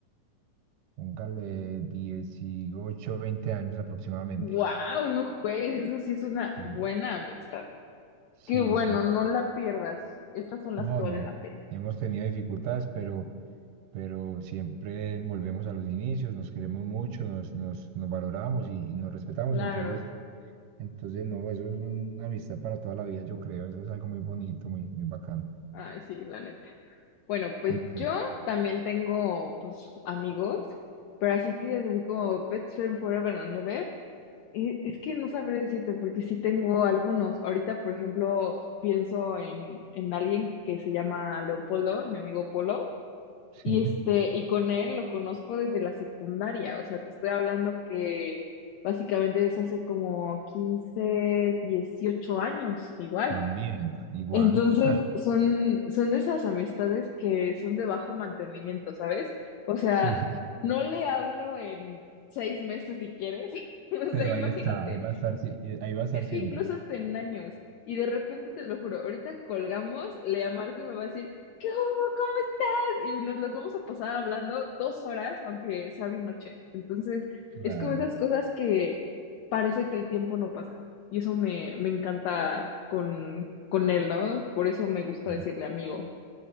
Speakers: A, on the right; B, on the left.
A: póngale 18, 20 años aproximadamente.
B: Wow, no juegues, eso sí es una
A: Sí,
B: buena amistad.
A: sí,
B: Qué bueno,
A: sí.
B: no la pierdas. Estas son las
A: No,
B: que valen
A: no,
B: la pena.
A: hemos tenido dificultades, pero, pero siempre volvemos a los inicios, nos queremos mucho, nos, nos, nos valoramos y, y nos respetamos,
B: Claro.
A: entonces, entonces, no, eso es una amistad para toda la vida, yo creo, eso es algo muy bonito, muy, muy bacano.
B: Ay, sí, la neta. Bueno, pues
A: Y tú,
B: yo también tengo, pues, amigos, pero así que es así como Pets Friend Forever and Ever. Eh, Es que no sabré decirte porque sí tengo algunos. Ahorita, por ejemplo, pienso en, en alguien que se llama Leopoldo, mi amigo Polo,
A: sí,
B: y este, y con él lo conozco desde la secundaria. O sea, te estoy hablando que básicamente es hace como 15 18 años, igual.
A: también, igual.
B: Entonces,
A: <laughs> Ah,
B: son, son de esas amistades que son de bajo mantenimiento, ¿sabes? O sea,
A: sí,
B: no le hablo en seis meses si quieres. <laughs> O
A: pero
B: sea, imagínate.
A: ahí está, ahí va a estar, sie- eh, ahí va a estar
B: Es
A: siempre.
B: que incluso hasta en años. Y de repente, te lo juro, ahorita colgamos, le marco y me va a decir, ¿qué hubo? ¿Cómo estás? Y nos las vamos a pasar hablando dos horas, aunque sea bien noche. Entonces,
A: Claro.
B: es como esas cosas que parece que el tiempo no pasa. Y eso me, me encanta con, con él, ¿no? Por eso me gusta
A: sí.
B: decirle amigo.